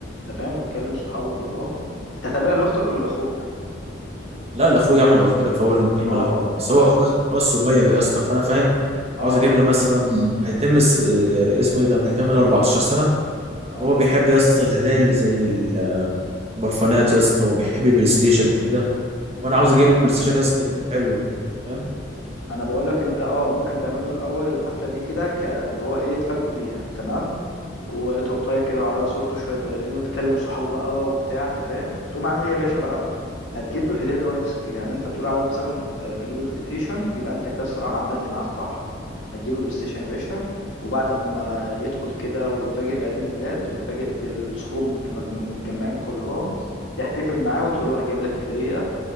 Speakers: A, on the left; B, on the right.
A: انت فاهم وتكلم صحابه كلهم انت هتعملها لاختك ولا لاخوك
B: لا لاخويا يا عم انا قلت لك في اول المكالمه
A: اه
B: لاخويا بس هو
A: هت...
B: اخويا هو الصغير يا اسطى فانا فاهم
A: اه
B: عاوز اجيب له مثلا هيتم اس- آه، اسمه ايه ده هيتم له 14 سنه
A: اه
B: هو بيحب يا اسطى الهدايا اللي زي البرفانات يا اسطى وبيحب البلاي ستيشن وكده وانا
A: ما
B: عاوز
A: انا
B: اجيب له بلاي ستيشن يا اسطى يكون حلو وكده فاهم
A: انا بقول لك انت اه ممكن تعملوا الاول الحفله دي كده ك- اللي هو ايه تفاجئوا بيها تمام وتورتايه كده وعلى صورته شويه بلالين وتكلم صحابه بقى وبتاع انت فاهم وتقوم عامل ايه يا باشا بقى هتجيب له الهديه اللي هو نفسه فيها يعني انت بتقول عاوز مثلا آه، تجيب له بلاي ستيشن يبقى انت كده الصراحه عملت معاه الصح هتجيب له بلاي ستيشن يا باشا وبعد ما يدخل كده ويتفاجئ بعيد الميلاد ويتفاجئ بصحابه مج- مجموع- متجمعين كلهم تحتفل معاه وتقول له انا جايب لك هديه